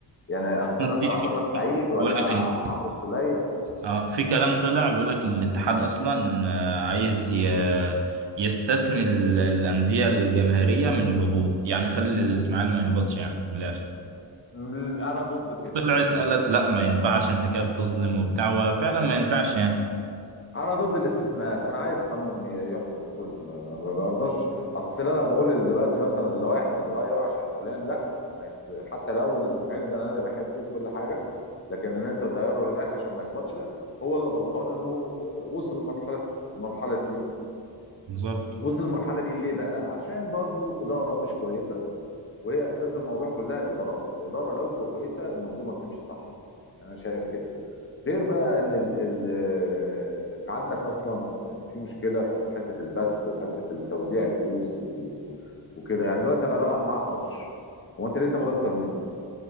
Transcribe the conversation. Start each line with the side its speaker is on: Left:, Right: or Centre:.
Left: يعني امثال
Right: في-
Left: مثلا عبد الله السعيد
Right: في-
Left: ولا
Right: بقول لك
Left: عمرو السوليه
Right: اه في كلام طلع بيقول لك ان الاتحاد اصلا آه، عايز ي- يستثني ال- الانديه الجماهيريه من الهبوط يعني خلي الاسماعيلي ما يهبطش يعني من الاخر
Left: م- انا ضد كده
Right: طلعت قالت لا ما ينفعش انت كده بتظلم وبتاع وفعلا ما ينفعش يعني
Left: انا ضد الاستثناءات انا عايز قانون ي- يحكم الكل ما ما- ما برضاش اصل انا لو بقول دلوقتي مثلا اللوائح بتتغير عشان فلان لا ما يت- حتى لو الاسماعيلي ده انا اللي بحبه وكل حاجه لكن ان انت تغير له اللائحه عشان ما يهبطش لا هو اللي غلطان انه وصل للمرحله المرحله دي
Right: بالظبط
Left: وصل المرحله دي ليه بقى عشان برضو اداره مش كويسه وهي اساس الموضوع كلها ادارات الاداره لو كويسه المنظومه بتمشي صح يعني انا شايف كده غير بقى ان ال ال انت عندك اصلا في مشكله في حته البث وحته التوزيع الفلوس و... وكده يعني دلوقتي انا بلعب معاك ماتش هو انت ليه تاخد اكتر مني؟